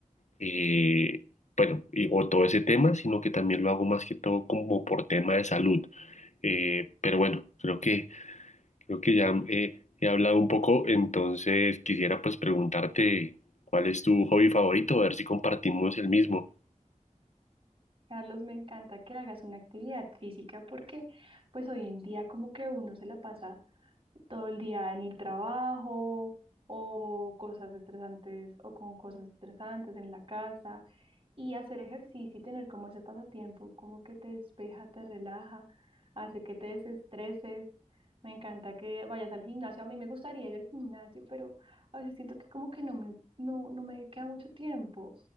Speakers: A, on the left; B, on the right.
A: eh, bueno, y- o todo ese tema, sino que también lo hago más que todo como por tema de salud. Eh, pero bueno, creo que, creo que ya eh, he hablado un poco, entonces quisiera pues preguntarte cuál es tu hobby favorito, a ver si compartimos el mismo.
B: Carlos, me encanta que hagas una actividad física porque pues hoy en día como que uno se la pasa todo el día en el trabajo o cosas estresantes o con cosas estresantes en la casa y hacer ejercicio y tener como ese pasatiempo, como que te despeja, te relaja, hace que te desestreses. Me encanta que vayas al gimnasio. A mí me gustaría ir al gimnasio, pero a veces siento que como que no me, no, no me queda mucho tiempo.